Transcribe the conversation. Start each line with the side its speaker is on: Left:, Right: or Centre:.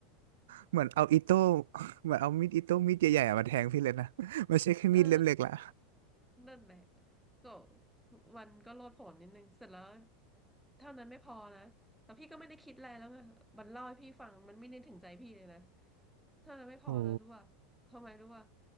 Right: เหมือนเอาอิโต้ <laughs> เหมือนเอามีดอิโต้มีดใหญ่ๆอะมาแทงพี่เลยนะ <laughs> ไม่ใช่แค่มีดเล่มเล็กละ
Centre: <laughs> เออ นั่นแหละก็มันก็โลดโผนนิดนึงเสร็จแล้วเท่านั้นไม่พอนะแล้วพี่ก็ไม่ได้คิดอะไรแล้วไงมันเล่าให้พี่ฟังมันไม่ได้ถึงใจพี่เลยนะเท่านั้นไม่พอนะรู้ว่าทำไมรู้ว่า
Right: <laughs> โอ้